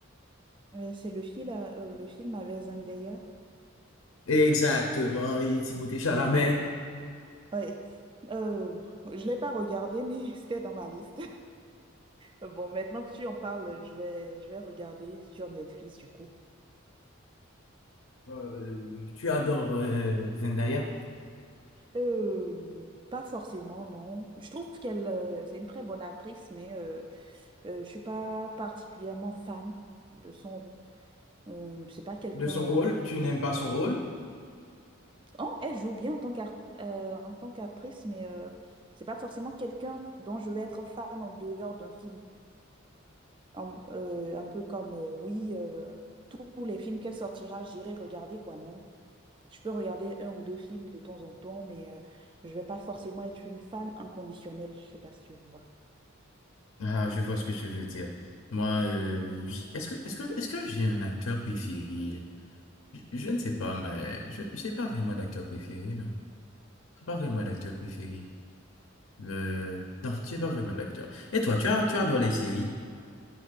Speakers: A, on the right; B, on the left.
A: Euh, C'est le film, euh, le film avec Zendaya.
B: Exactement. Et Timothée Chalamet.
A: Ouais. Euh, je l'ai pas regardé, mais <laughs> c'était dans ma liste. <laughs> Bon, maintenant que tu en parles, je vais, je vais regarder sur Netflix, du coup.
B: Euh, tu adores euh, Zendaya.
A: Euh, pas forcément, non. Je trouve qu'elle, euh, c'est une très bonne actrice, mais euh, euh, je suis pas particulièrement fan de son rôle. Euh, c'est pas quelqu'un
B: De son
A: dans...
B: rôle, tu n'aimes pas son rôle.
A: Oh, elle joue bien en tant qu'art- euh, en tant qu'actrice, mais euh, c'est pas forcément quelqu'un dont je vais être fan en dehors d'un film. En- euh, un peu comme, euh, oui... euh, tous les films qu'elle sortira, j'irai regarder, quoi, non? Je peux regarder un ou deux films de temps en temps, mais euh, je vais pas forcément être une fan inconditionnelle, je sais pas si tu vois.
B: Ah, je vois ce que tu veux dire. Moi, euh, j- est-ce que, est-ce que, est-ce que j'ai un acteur préféré? Je, je ne sais pas, mais je, j'ai pas vraiment d'acteur préféré, non. J'ai pas vraiment d'acteur préféré. Le... Non, j'ai pas vraiment d'acteur. Et toi, tu as, tu adores les séries?